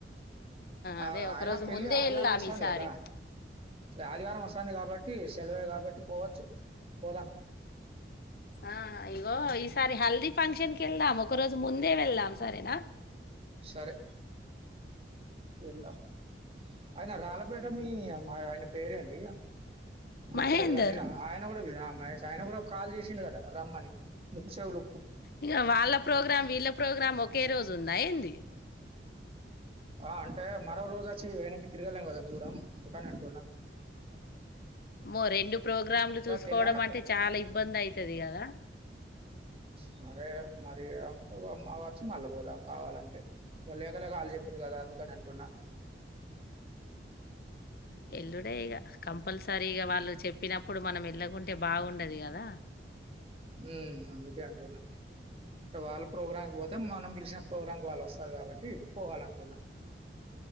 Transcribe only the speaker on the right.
ఆ
ఆయన
పెళ్లి
ఆదివారం
వస్తాంది
గదా ఆదివారం వస్తాంది కాబట్టి సెలవే కాబట్టి పోవచ్చు పోదం
సరే వెళ్దాం ఆయన రాళ్లపేట మీ మా ఆయన పేరేన్ ఇయ్య గుర్తులేదు
గాని ఆయన గుడా విజయ మహేష్ ఆయన గూడం కాల్ చేసిండు గదా రమ్మని ముక్కుచేవులు
ఆ అంటే మరో రోజు వచ్చి వెనక్కి తిరిగలేమ్ గదా దూరం అందుకనే అంటున్న
తెల్లారి అక్కడ.
సరే మరి, ఆ వచ్చి మళ్ళీ పోదాం కావాలంటే, లేక లేక ఆళ్ళు చెప్పింర్రు కదా అందుకని అంటున్నా.
మ్మ్ అందుకే అంటున్నా, ఇంక వాళ్ళ ప్రోగ్రాంకి పోత్ మనం పిల్సిన ప్రోగ్రామ్కు వాళ్ళు ఒస్తరు కాబట్టి. కి పోవాలంటున్నా.